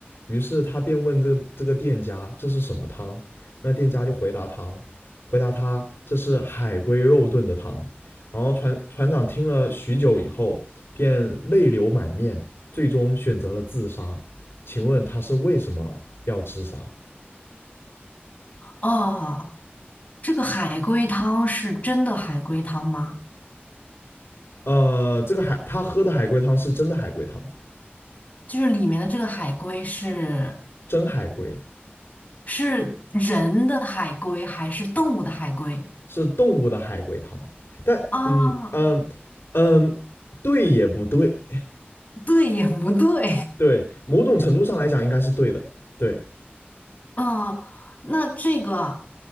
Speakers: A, on the left (about 70°); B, on the left (about 35°).
A: 于是他便问这个这个店家这是什么汤，那店家就回答汤，回答他这是海龟肉炖的汤。然后船船长听了许久以后，便泪流满面，最终选择了自杀。请问他是为什么要自杀？
B: 哦，这个海龟汤是真的海龟汤吗？
A: 呃，这个海他喝的海龟汤是真的海龟汤，
B: 就是里面的这个海龟是
A: 真海龟
B: 是人的海龟还是动物的海龟？
A: 是动物的海龟汤，但嗯嗯嗯，
B: 啊，
A: 对也不对，
B: 对也不对。
A: 对，某种程度上来讲应该是对的，对，
B: 啊？那这个